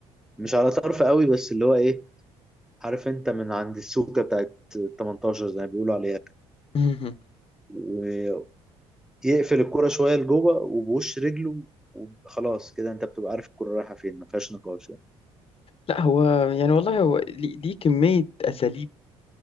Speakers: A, in the centre; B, on the left.
A: مش على طرف قوي بس اللي هو ايه عارف انت من عند السوكه بتاعت 18 زي ما بيقولوا عليها
B: <laughs>
A: ويقفل الكرة شويه لجوه وبوش رجله وخلاص كده انت بتبقى عارف الكرة رايحه فين ما فيهاش نقاش يعني
B: لا هو يعني والله هو ليه ليه كمية أساليب